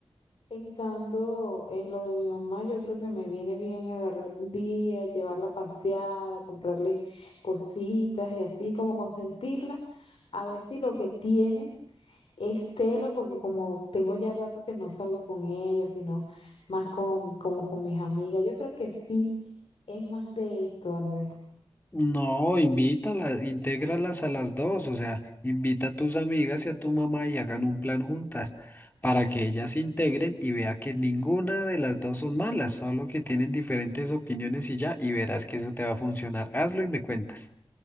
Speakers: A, on the left; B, on the left.
A: Pensando en lo de mi mamá, yo creo que me viene bien agarrar un día, llevarla a pasear, a comprarle cositas y así como consentirla, a ver si lo que tienes es celo, porque como tengo ya rato que no salgo con ella, sino más con, como con mis amigas, yo creo que sí es más de esto, Andrés.
B: No, invítalas, intégralas a las dos, o sea, invita a tus amigas y a tu mamá y hagan un plan juntas para que ellas se integren y vea que ninguna de las dos son malas, solo que tienen diferentes opiniones y ya, y verás que eso te va a funcionar. Hazlo y me cuentas.